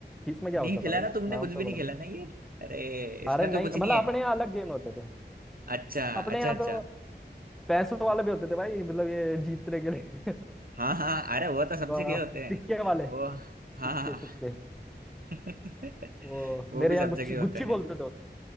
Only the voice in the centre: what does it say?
इसमें क्या
होता
था भाई
नाम
तो
बड़ा
अरे नहीं
मतलब
अपने यहाँ अलग गेम होते थे
अपने
यहाँ
तो पैसों वाले भी होते थे भाई मतलब ये जीतने के लिए <laughs>
वाह,
सिक्के वाले
सिक्के सिक्के
वो
मेरे
यहाँ
गुच्ची
गुच्ची
बोलते
थे उसको